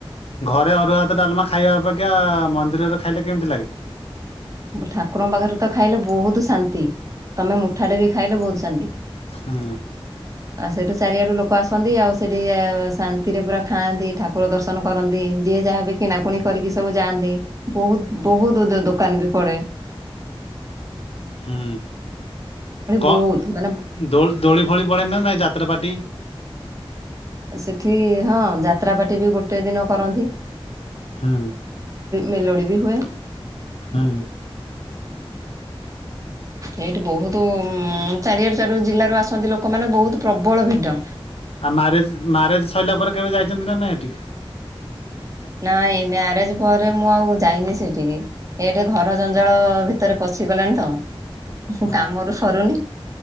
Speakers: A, on the left; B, on the right.
A: ଘରେ ଅରୁଆ ହାତ ଡ଼ାଲମା ଖାଇବା ଅପେ କ୍ଷା ମନ୍ଦିରରେ ଖାଇଲେ କେମିତି ଲାଗେ?
B: ଠାକୁରଙ୍କ ପାଖରେ ତ ଖାଇଲେ ବହୁତ ଶାନ୍ତି ତମେ ମୁଠାଟେ ବି ଖାଇଲେ ବହୁତ ଶାନ୍ତି।
A: ହୁଁ
B: ଆ ସେଇଠୁ ଚାରିଆଡ଼ୁ ଲୋକ ଆସନ୍ତି ଆଉ ସେଠି ଆ ଶାନ୍ତିରେ ପୁରା ଖାଆନ୍ତି ଠାକୁର ଦର୍ଶନ କରନ୍ତି ଯିଏ ଯାହା ବି କିଣାକୁଣି କରିକି ସବୁ ଯାଆନ୍ତି ବହୁତ ବହୁତ ଦୋ ଦେ ଦୋକାନ ବି ପଡ଼େ
A: ହୁଁ କଣ
B: ବହୁତ ମାନେ
A: ଦୋ ଦୋଳି ଫୋଳି ପଡ଼େ ନା ନାଇଁ ଯାତ୍ରାପାଟି।
B: ସେଠି ହଁ ଯାତ୍ରାପାଟି ବି ଗୋଟେ ଦିନ କରନ୍ତି।
A: ହୁଁ।
B: ମେଲୋଡ଼ି ବି ହୁଏ।
A: ହୁଁ।
B: ସେଇଠି ବହୁତ ଉଁ ଚାରିଆଡ଼ୁ ଚାରିଆଡ଼ୁ ଜିଲ୍ଲାରୁ ଆସନ୍ତି ଲୋକମାନେ ବହୁତ ପ୍ରବଳ ଭିଡ଼।
A: ଆଉ ମ୍ୟାରେଜ ମ୍ୟାରେଜ ସରିଲା ପରେ କେବେ ଯାଇଛନ୍ତି ନା ନାଇଁ ଏଠି?
B: ନାଇଁ ମ୍ୟାରେଜ ପରେ ମୁଁ ଆଉ ଯାଇନି ସେଠିକି ଏଠି ଘର ଜଞ୍ଜାଳ ଭିତରେ ପ ସିଗଲାଣି ତ
A: ହଁ
B: କାମରୁ ସରୁନି।